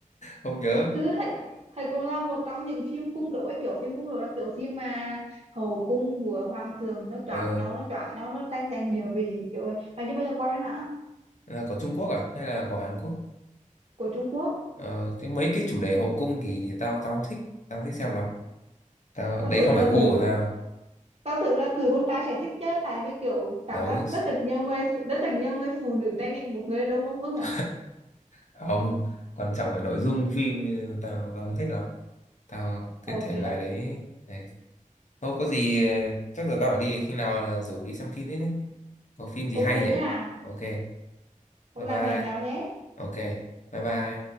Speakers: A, on the left; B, on the right.
A: không nhớ
B: Ừ, Hạnh Hạnh Cùng lao một trong những phim cung đấu ấy, kiểu phim cung đấu là kiểu phim mà hậu cung của hoàng tường nó
A: ờ,
B: choảng nhau, nó choảng nhau, nó tranh giành địa vị kiểu vậy. Mày chưa bao giờ coi đó hả?
A: là của Trung Quốc à hay là của Hàn Quốc
B: Của Trung Quốc.
A: ờ, cái mấy cái chủ đề hậu cung thì thì tao tao không thích tao không thích xem lắm tao
B: Tao
A: đấy
B: tưởng
A: không
B: là
A: phải gu
B: tụi
A: của tao
B: tao tưởng là tụi con trai sẽ thích chứ, tại vì kiểu cảm
A: đấu
B: giác rất là nhiều người rất là nhiều người phụ nữ tranh giành một người đàn ông ưng
A: <laughs>
B: à.
A: không quan trọng là nội dung phim ừ, tao tao không thích lắm tao cái
B: Ok.
A: thể loại đấy đấy thôi có gì ờ, chắc giờ tao phải đi khi nào rủ đi xem phim thế nhé có phim gì
B: Ok
A: hay nhỉ
B: nha.
A: ok
B: Hôm
A: bye
B: nào
A: bye
B: hẹn nhau nhé.
A: ok bye bye